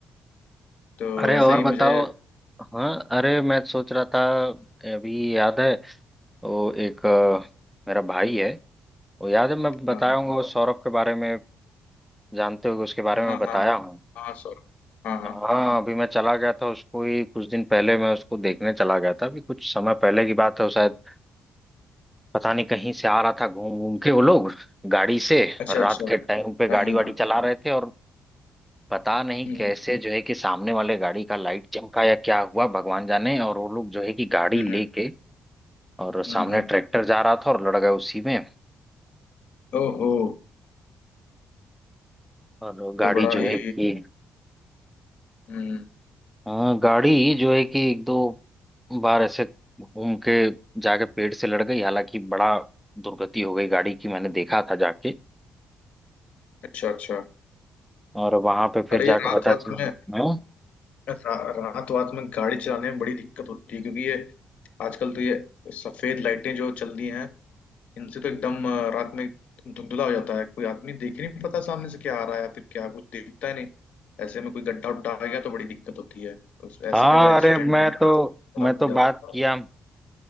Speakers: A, on the left; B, in the centre.
A: तो
B: अरे
A: ऐसे
B: और
A: ही
B: बताओ
A: मुझे
B: हाँ अरे मैं सोच रहा था अभी याद है तो एक अ, मेरा भाई है वो याद है मैं बताया
A: हाँ
B: हूँ वो सौरभ के बारे में जानते हो उसके बारे
A: हाँ
B: में बताया
A: हाँ
B: हूँ
A: हाँ सॉरी हाँ हाँ
B: हाँ अभी मैं चला गया था उसको ही कुछ दिन पहले मैं उसको देखने चला गया था अभी कुछ समय पहले की बात है वो शायद पता नहीं कहीं से आ रहा था घूम घूम के वो लोग गाड़ी से
A: अच्छा
B: और रात
A: अच्छा
B: के टाइम पे गाड़ी
A: हाँ हाँ
B: वाड़ी चला रहे थे और पता नहीं
A: हम्म
B: कैसे जो है कि सामने वाले गाड़ी का लाइट चमका या क्या हुआ भगवान जाने और वो लोग जो है कि गाड़ी
A: हम्म
B: लेके
A: हम्म
B: और सामने
A: हम्म। हम्म।
B: ट्रैक्टर जा रहा था और लड़ गए उसी में
A: ओहो
B: और गाड़ी
A: तो बड़ा
B: जो
A: ही
B: है कि
A: हम्म
B: हाँ गाड़ी जो है कि एक दो बार ऐसे घूम के जाके पेड़ से लड़ गई हालांकि बड़ा दुर्गति हो गई गाड़ी की मैंने देखा था जाके
A: अच्छा अच्छा
B: और वहां पे फिर
A: अरे
B: जाकर
A: ये रात
B: पता
A: वात
B: चला
A: में
B: हाँ
A: रा, रात वात में गाड़ी चलाने में बड़ी दिक्कत होती है क्योंकि ये आजकल तो ये सफेद लाइटें जो चल रही हैं इनसे तो एकदम अ, रात में धुंधला हो जाता है कोई आदमी देख ही नहीं पता सामने से क्या आ रहा है या फिर क्या कुछ दिखता ही नहीं ऐसे में कोई गड्ढा उड्ढा आ गया तो बड़ी दिक्कत होती है उस- ऐसे
B: हाँ
A: में एक्सीडेंट
B: अरे मैं
A: होने
B: तो
A: का खतरा
B: मैं
A: बढ़
B: तो
A: जाता
B: बात किया
A: है